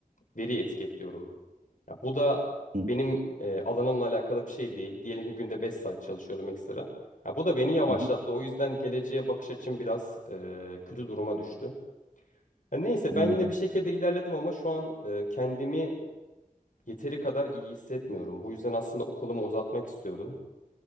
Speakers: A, on the left; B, on the right.
A: veri etiketliyorum. Ya bu da
B: Hı hı,
A: benim e, alanımla alakalı bir şey değil. Diyelim ki günde 5 saat çalışıyorum ekstra. Ya bu da beni yavaşlattı.
B: hı hı.
A: O yüzden geleceğe bakış açım biraz e, kötü duruma düştü. Ya neyse
B: Anladım.
A: ben yine bir şekilde ilerledim ama şu an e, kendimi yeteri kadar iyi hissetmiyorum. Bu yüzden aslında okulumu uzatmak istiyordum.